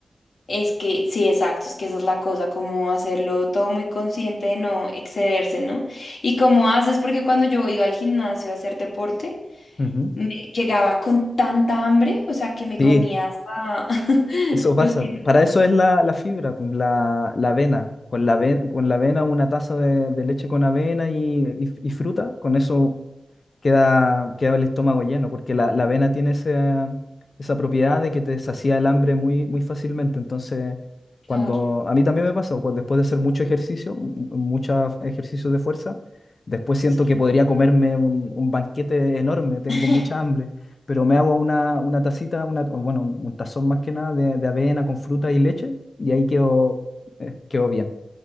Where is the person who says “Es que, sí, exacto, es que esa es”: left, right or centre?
Left